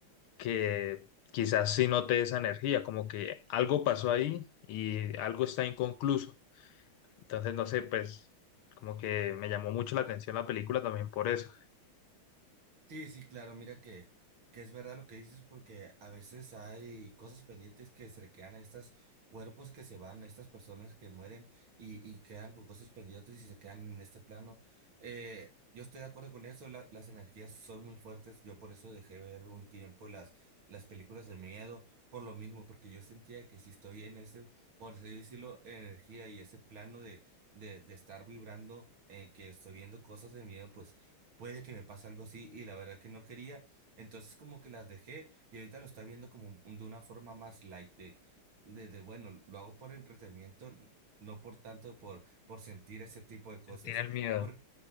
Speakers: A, on the left; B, on the right.
A: que quizás sí note esa energía, como que algo pasó ahí y algo está inconcluso. Entonces, no sé, pues como que me llamó mucho la atención la película también por eso.
B: Sí, sí, claro, mira que, que es verdad lo que dices porque a veces hay cosas pendientes que se le quedan a estos cuerpos que se van, a estas personas que mueren y, y quedan con cosas pendientes y se quedan en este plano. Eh, yo estoy de acuerdo con eso, la- las energías son muy fuertes, yo por eso dejé ver un tiempo las, las películas de miedo, por lo mismo, porque yo sentía que si estoy en ese, por así decirlo, energía y ese plano de, de, de estar vibrando, eh, que estoy viendo cosas de miedo, pues puede que me pase algo así y la verdad que no quería. Entonces como que las dejé y ahorita lo está viendo como un- de una forma más light de, de, de, bueno, lo hago por entretenimiento, n- no por tanto por, por sentir ese tipo de cosas.
A: Tiene el miedo.
B: Por,